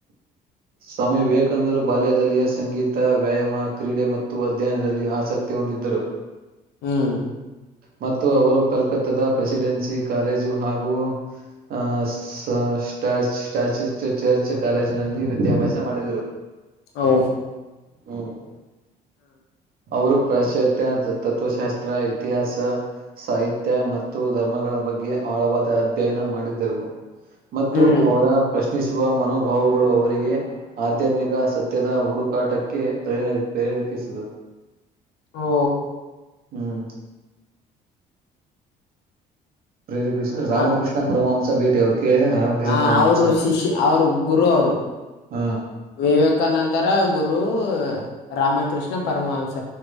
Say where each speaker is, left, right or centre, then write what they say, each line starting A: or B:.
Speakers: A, on the right; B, on the left.
A: ಸ್ವಾಮಿ ವಿವೇಕಾನಂದರು ಬಾಲ್ಯದಲ್ಲಿಯ ಸಂಗೀತ ವ್ಯಾಯಾಮ ಕ್ರೀಡೆ ಮತ್ತು ಅಧ್ಯಯನದಲ್ಲಿ ಆಸಕ್ತಿ ಹೊಂದಿದ್ದರು.
B: ಹ್ಮ್
A: ಮತ್ತು ಅವರು ಕಲ್ಕತ್ತಾದ ಪ್ರೆಸಿಡೆನ್ಸಿ ಕಾಲೇಜು ಹಾಗೂ ಅಹ ಸ್ಟಚ್ ಸ್ಟಾಚ ಚರ್ಚ್ ಕಾಲೇಜಿನಲ್ಲಿ ವಿದ್ಯಾಭ್ಯಾಸ ಮಾಡಿದರು.
B: ಹಓ
A: ಹ್ಮ್ ಅವರು ಪ್ರಾಶ್ಚಾತ್ಯ ತತ್ತ್ವಶಾಸ್ತ್ರ ಇತಿಹಾಸ ಸಾಹಿತ್ಯ ಮತ್ತು ಧರ್ಮಗಳ ಬಗ್ಗೆ ಆಳವಾದ ಅಧ್ಯಯನ ಮಾಡಿದರು. ಮತ್ತು
B: ಹ್ಮ್
A: ಅವರ ಪ್ರಶ್ ಶ್ನಿಸುವ ಮನೋಭಾವಗಳು ಅವರಿಗೆ ಆಧ್ಯಾತ್ಮಿಕ ಸತ್ಯದ ಹುಡುಕಾಟಕ್ಕೆ ಪ್ರೇರಣೆ ಪ್ರೇ ಪೀಸದು
B: ಹಓ
A: ಹ್ಮ್ ಪ್ರೇರೇಪಿಸಿ ರಾಮಕೃಷ್ಣ
B: ಮತ್
A: ಪರಮಹಂಸ ಭೇಟಿ ಕೇಳಿ ರಾಮಕೃಷ್ಣ
B: ಹ
A: ಪರಮಹಂಸ
B: ಅವರು ಶಿಷ್ಯ ಅವರು ಗುರು ಅವರು.
A: ಹ
B: ವಿವೇಕಾನಂದರ ಗುರು ರಾಮಕೃಷ್ಣ ಪರಮಹಂಸ.